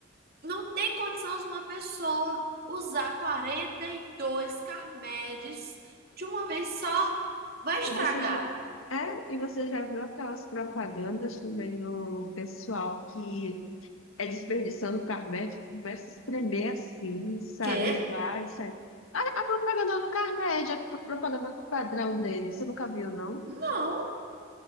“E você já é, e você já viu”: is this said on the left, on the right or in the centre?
Left